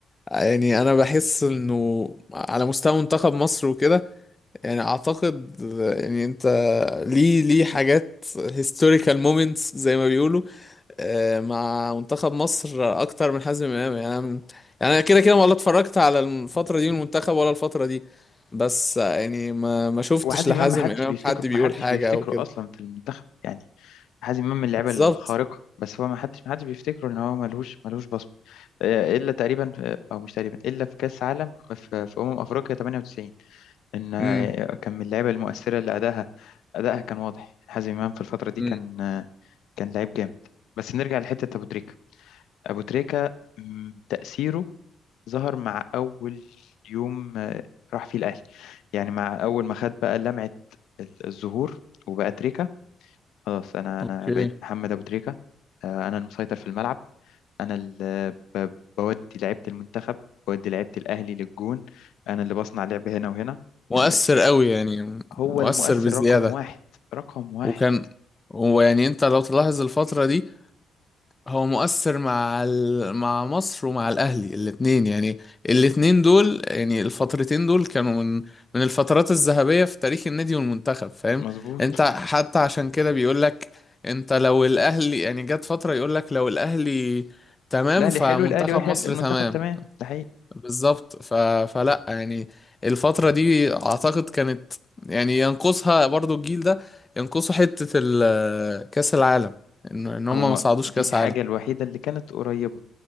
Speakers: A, on the left; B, on the left.
A: يعني أنا بحس إنه على مستوى منتخب مصر وكده يعني اعتقد يعني انت ليه ليه حاجات هيستوريكال مومنتس زي ما بيقولوا آه، مع منتخب مصر اكتر من حازم امام يعني انا من- يعني انا كده كده ولا اتفرجت على الفتره دي من المنتخب ولا الفتره دي بس آه، يعني ما ما شفتش
B: وحازم
A: لحازم
B: إمام ما حدش
A: امام
B: بيفتكره
A: حد بيقول
B: ما حدش
A: حاجه
B: بيفتكره
A: او كده
B: أصلا في المنتخب يعني حازم إمام من اللعيبة
A: بالظبط
B: الخارقة بس هو ما حدش ما حدش بيفتكره إن هو ملهوش ملهوش بصمة آه، إلا تقريبا في- أو مش تقريبا إلا في كأس عالم في في أمم أفريقيا 98 ان
A: امم
B: كان من اللعيبه المؤثره اللي ادائها ادائها كان واضح حازم امام في الفتره دي
A: امم
B: كان كان لعيب جامد بس نرجع لحته ابو تريكه ابو تريكه مم، تاثيره ظهر مع اول يوم آه، راح فيه الاهلي يعني مع اول ما خد بقى لمعه ال- الظهور وبقى تريكه خلاص انا انا
A: اوكي
B: بقيت محمد ابو تريكه آه، انا المسيطر في الملعب انا اللي ب- بودي لعيبه المنتخب بودي لعيبه الاهلي للجون انا اللي بصنع لعب هنا وهنا
A: مؤثر
B: آه،
A: قوي يعني
B: هو
A: مؤثر
B: المؤثر
A: بزياده
B: رقم واحد رقم واحد
A: وكان ويعني انت لو تلاحظ الفتره دي هو مؤثر مع ال... مع مصر ومع الاهلي الاثنين يعني الاثنين دول يعني الفترتين دول كانوا من من الفترات الذهبية في تاريخ النادي والمنتخب فاهم
B: مظبوط
A: انت حتى عشان كده بيقول لك انت لو الاهلي يعني جت فترة يقول لك لو الاهلي تمام
B: لا اللي
A: فمنتخب
B: حلو الاهلي وحل
A: مصر
B: المنتخب
A: تمام
B: تمام ده حقيقي
A: بالظبط ف... فلا يعني الفترة دي اعتقد كانت يعني ينقصها برضو الجيل ده ينقصه حتة ال... كأس العالم ان إن هم
B: هو
A: ما صعدوش
B: دي
A: كأس
B: الحاجه الوحيده اللي كانت قريبه